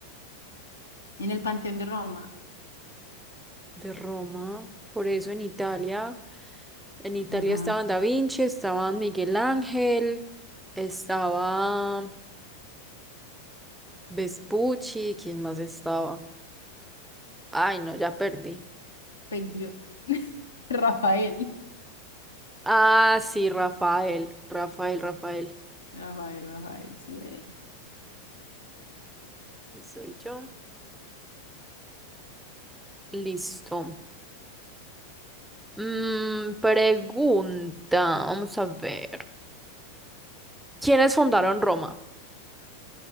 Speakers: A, on the left; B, in the centre.
A: en el Panteón de Roma.
B: De Roma. Por eso en Italia, en Italia
A: Ajá,
B: estaban Da Vinci, estaban Miguel Ángel, estaba Vespucci, ¿quién más estaba? Ay, no, ya perdí.
A: perdió. <laughs> Rafael.
B: Ah, sí, Rafael, Rafael, Rafael.
A: Rafael, Rafael, sí. eh.
B: Soy yo. Listo. Mm, pregunta, vamos a ver. ¿Quiénes fundaron Roma?